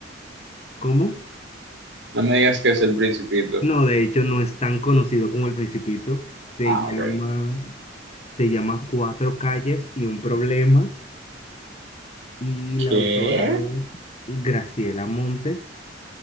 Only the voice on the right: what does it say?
no me digas que es el Principito.
Ah,
ok.
¿Qué?